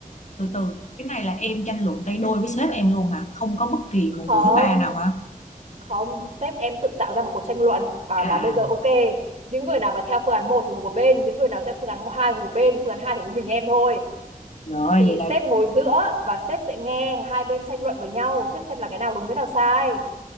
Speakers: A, on the left; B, on the right.
A: từ từ cái này là em tranh luận tay đôi với sếp em luôn hả không có bất kỳ
B: không,
A: một người thứ ba nào hả
B: không, sếp em tự tạo ra một cuộc tranh luận bảo
A: à
B: là bây giờ ok, những người nào mà theo phương án một thì ngồi một bên, những người nào theo phương án 2 ngồi một bên, phương án 2 thì có mình em thôi.
A: rồi
B: Thì
A: vậy là
B: sếp ngồi giữa và sếp sẽ nghe hai bên tranh luận với nhau, sếp xem là cái nào đúng cái nào sai.